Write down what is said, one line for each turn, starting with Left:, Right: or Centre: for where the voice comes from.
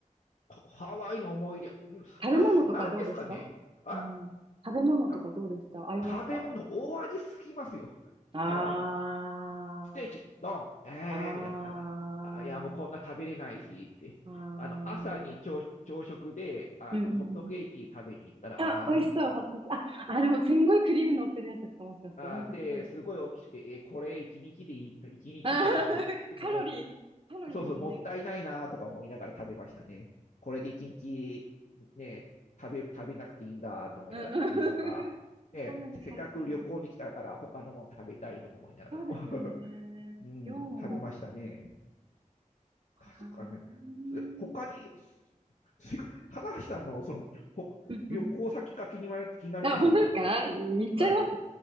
Left: ハハワイの思い出、うんなんなんですかね。
Right: 食べ物とかどうでした
Left: あ
Right: うん。食べ物とかどうでした合いました。
Left: な食べ物、大味すぎますよ。
Right: あ
Left: ハワイ。ステーキ、ドン、えー、
Right: ー、あ
Left: みたいな。なんか、あいや、もうこんな食べれないしって。
Right: ー、あ
Left: あの、朝に朝、
Right: ー
Left: 朝食で、あの、
Right: うんうんうん
Left: ホットケーキ食べに行ったら、
Right: うん。あ、美味しそう、
Left: ああ
Right: ホットケーキ。あ、あ、でもすんごいクリーム乗ってるやつですかもしかして。
Left: あーで、
Right: なんかポテトと
Left: すごい大きくて、えーこれ一日でいい、一日の食費っていうのも、
Right: あー <laughs> カロリー、カロリーもね、
Left: そうそう、もったいないなとか思いながら食べましたね。これで一日、ね、食べ、食べなくていいんだと思いながら、
Right: うんうん。
Left: いいのか、
Right: <laughs>
Left: ね、
Right: かなりハイカロリー。
Left: せせっかく旅行に来たから他のもの食べたいとか思いながらも、
Right: そうですよね。
Left: <laughs> うん、
Right: 量も、
Left: 食べましたね。確かね、
Right: ただね。
Left: 他に、しか、棚橋さんのその、ほ旅行先が気になり気になりますよ、
Right: うんうんあ、本当ですか言っちゃいます
Left: 僕は。それはい。